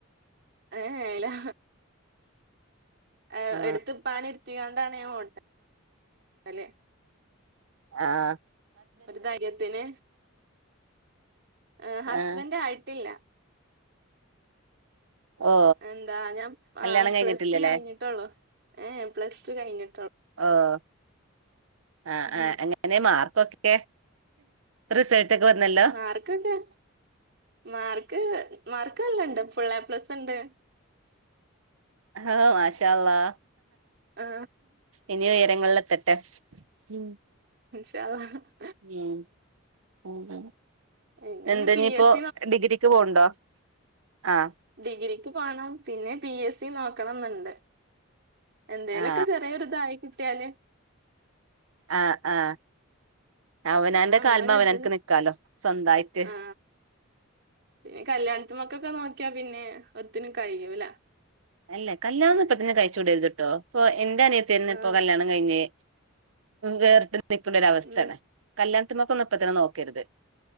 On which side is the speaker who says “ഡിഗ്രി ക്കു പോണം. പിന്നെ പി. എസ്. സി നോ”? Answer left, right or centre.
Right